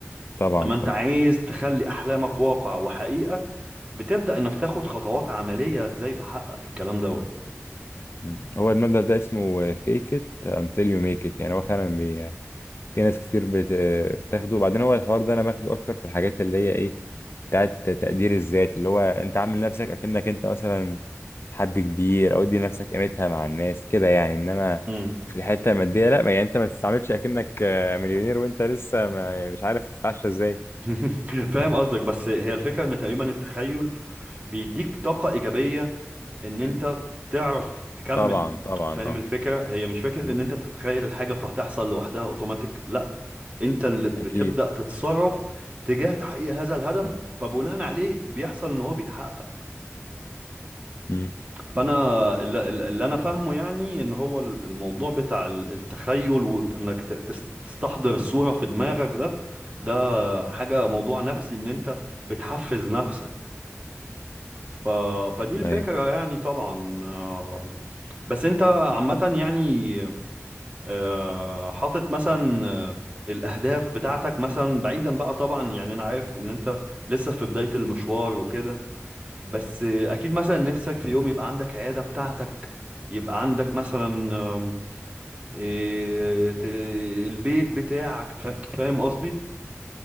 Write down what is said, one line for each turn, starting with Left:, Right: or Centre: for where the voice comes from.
Left: طبعا
Right: لما
Left: طبعا
Right: انت عايز تخلي احلامك واقع وحقيقة بتبدأ انك تاخد خطوات عملية ازاي بحقق الكلام دوت
Left: مم. هو المبدأ ده اسمه آه، fake it until you make it يعني هو فعلا بي... آه، في ناس كتير بت... آه، بتاخده وبعدين هو الحوار ده انا باخده اكتر في الحاجات اللي هي ايه بتاعت تقدير الذات اللي هو انت عامل نفسك اكنك انت مثلا حد كبير او ادي نفسك قيمتها مع الناس كده يعني انما
Right: مم.
Left: في الحتة المادية لا يعني انت ما تستعملش اكنك آه، مليونير وانت لسه ما... مش عارف تتعشى ازاي
Right: <laughs> فاهم قصدك بس هي الفكرة ان تقريبا التخيل بيديك طاقة ايجابية ان انت تعرف تك- تكمل
Left: طبعا طبعا
Right: فاهم
Left: اه
Right: الفكرة هي مش فكرة
Left: مم.
Right: ان انت تتخيل الحاجة فهتحصل لوحدها اوتوماتيك لا انت اللي بتبدأ
Left: اكيد
Right: تتصرف تجاه تحقيق هذا الهدف فبناء عليه بيحصل ان هو بيتحقق
Left: مم.
Right: فانا اللي, اللي انا فاهمه يعني ان هو ال- الموضوع بتاع ال- التخيل وانك تستحضر الصورة في دماغك ده ده حاجة موضوع نفسي ان انت بتحفز نفسك ف... فدي الفكرة
Left: ايوه
Right: يعني طبعا آه، بس انت عامة يعني آه، حاطط مثلا آه، الاهداف بتاعتك مثلا بعيدا بقى طبعا يعني انا عارف ان انت لسه في بداية المشوار وكده بس آه، اكيد مثلا نفسك في يوم يبقى عندك عيادة بتاعتك يبقى عندك مثلا آم، إيه، ت- البيت بتاعك فا- فاهم قصدي